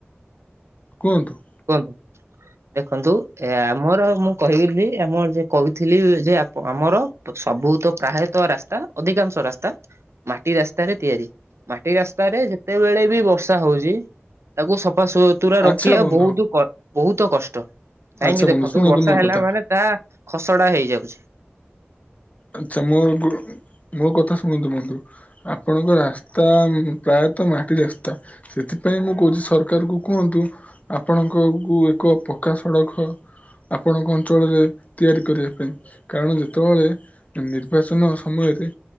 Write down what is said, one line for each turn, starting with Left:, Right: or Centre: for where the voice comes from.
Left: କୁହନ୍ତୁ?
Right: କୁହନ୍ତୁ ଦେଖନ୍ତୁ ଏ ଆମର ମୁଁ କହିବିନି ଆମର ଯେ କୋହୁଥିଲି ଯେ ଆପ ଆମର ସବୁ ତ ପ୍ରାୟତଃ ରାସ୍ତା ଅଧିକାଂଶ ରାସ୍ତା ମାଟି ରାସ୍ତାରେ ତିଆରି ମାଟି ରାସ୍ତାରେ ଯେତେବେଳେ ବି ବର୍ଷା ହୋଉଚି। ତାକୁ ସଫା ସୁତୁରା
Left: ଆଚ୍ଛା
Right: ରଖିବା
Left: ବନ୍ଧୁ
Right: ବିହୁତ କ ବୋହୁତ କଷ୍ଟ। କାହିଁକି
Left: ଆଚ୍ଛା ବନ୍ଧୁ
Right: ଦେଖନ୍ତୁ
Left: ଶୁଣନ୍ତୁ
Right: ବର୍ଷା
Left: ମୋ
Right: ହେଲା
Left: କଥା
Right: ମାନେ ତା ଖସଡା ହେଇଯାଉଚି।
Left: ଆଛା ମୋର ଗୋ ମୋ କଥା ଶୁଣନ୍ତୁ ବନ୍ଧୁ ଆପଣଙ୍କ ରାସ୍ତା ପ୍ରାୟତଃ ମାଟି ରାସ୍ତା ସ୍ତା ସେଥିପାଇଁ ମୁଁ କୋହୁଚି ସରକାରକୁ କୁହନ୍ତୁ ଆପଣଙ୍କ କୁ ଏକ ପକ୍କା ସଡକ ଆପଣଙ୍କ ଅଞ୍ଚଳରେ ତିଆରି କରିବା ପାଇଁ କାରଣ ଯେତେବେଳେ ନିର୍ବାଚନ ସମୟରେ